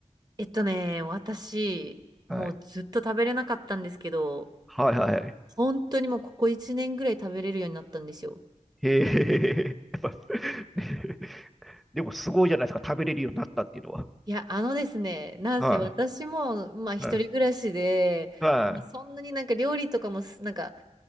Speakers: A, on the right (about 35°); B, in the centre.
A: えっとね、私、もうずっと食べれなかったんですけど、
B: はい。はいはいはい。
A: 本当にもうここ1年ぐらい食べれるようになったんですよ。
B: へえ。<laughs> やっぱ <laughs> でもすごいじゃないですか。食べれるようになったっていうのは。
A: いや、あのですね、なんせ私も、
B: は
A: まあ一人暮らしで、
B: い。はい。は
A: でもそんなになんか料理とかもす、なんか